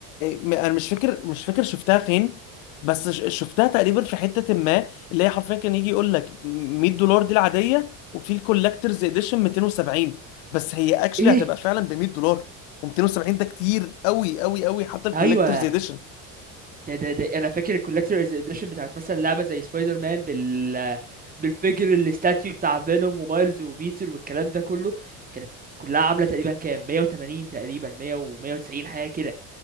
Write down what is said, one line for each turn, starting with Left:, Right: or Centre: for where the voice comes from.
Left: م- انا مش فاكر مش فاكر شفتها فين بس ش- شفتها تقريبا في حتة ما اللي هي حرفيا كان يجي يقول لك 100 دولار دي العادية وفي الكولكترز اديشن 270 بس هي اكشلي
Right: ايه
Left: هتبقى فعلا ب 100 دولار و270 ده كتير قوي قوي قوي حتى الكولكترز
Right: ايوه
Left: اديشن
Right: ده ده ده انا فاكر الكولكتورز اديشن بتاعت مثلا لعبه زي سبايدر مان بال بالفيجر الاستاتيو بتاع فينوم ومايلز وبيتر والكلام ده كله كانت كلها عامله تقريبا كام 180 تقريبا 100 و190 حاجه كده